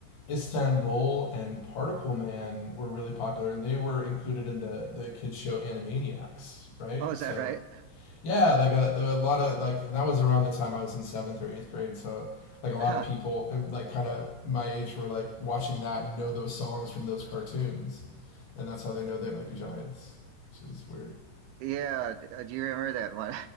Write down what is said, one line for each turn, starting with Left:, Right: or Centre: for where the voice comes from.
Left: Istanbul and Particle Man were really popular, and they were included in the the kids show Animaniacs, right?
Right: Oh, is
Left: So
Right: that right?
Left: yeah, like a, a lot of like that was around the time I was in seventh or eighth grade, so like a lot
Right: Huh.
Left: of people um, like kind of my age were like watching that and know those songs from those cartoons, and that's how they know they might be giants, which is weird.
Right: Yeah. d- uh, Do you remember that one?